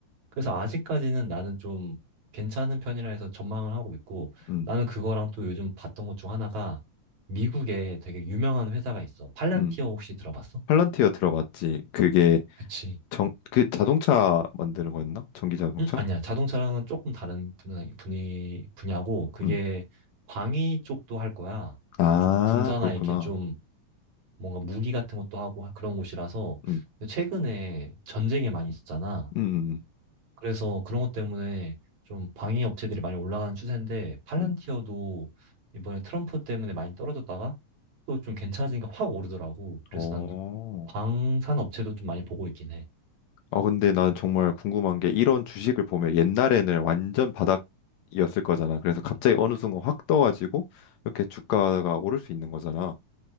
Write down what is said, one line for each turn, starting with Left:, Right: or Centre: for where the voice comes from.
Right: 그래서 아직까지는 나는 좀 괜찮은 편이라 해서 전망을 하고 있고,
Left: 음,
Right: 나는 그거랑 또 요즘 봤던 것 중 하나가 미국에 되게 유명한 회사가 있어. 팔란티어
Left: 음.
Right: 혹시 들어봤어?
Left: 팔런티어 들어봤지. 그게
Right: 그치.
Left: 정, 그 자동차 만드는 거였나? 전기 자동차?
Right: 음, 아니야. 자동차랑은 조금 다른 분야, 분야, 분야고, 그게
Left: 음.
Right: 방위 쪽도 할 거야.
Left: 아,
Right: 좀 군사나
Left: 그렇구나.
Right: 이렇게 좀 뭔가 무기 같은 것도 하고 그런 곳이라서
Left: 음.
Right: 근데 최근에 전쟁이 많이 있었잖아.
Left: 음. 음.
Right: 그래서 그런 것 때문에 좀 방해 업체들이 많이 올라가는 추세인데 팔란티어도
Left: 음.
Right: 이번에 트럼프 때문에 많이 떨어졌다가 또 좀 괜찮아지니까 확 오르더라고. 그래서
Left: 어.
Right: 난 방산 업체도 좀 많이 보고 있긴 해.
Left: 아, 근데 난 정말 궁금한 게 이런 주식을 보면 옛날에는 완전 바닥이었을 거잖아. 그래서 갑자기 어느 순간 확 떠가지고 이렇게 주가가 오를 수 있는 거잖아.